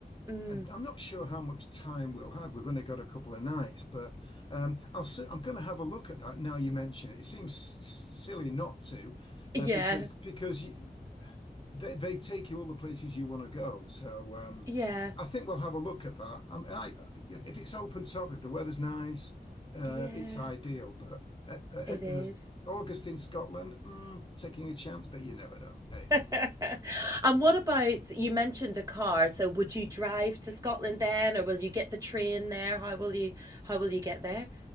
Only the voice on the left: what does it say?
And I'm not sure how much time we'll have. We've only got a couple of nights, but um, I'll si am going to have a look at that now you mention it. It seems s- s- silly not to,
uh, because because you, they they take you all the places you want to go. So um,
I think we'll have a look at that. Um, and I, you know, if it's open top, if the weather's nice, uh,
it's ideal. But uh, uh,
uh, August in Scotland, mm, taking a chance, but you never know. Hey.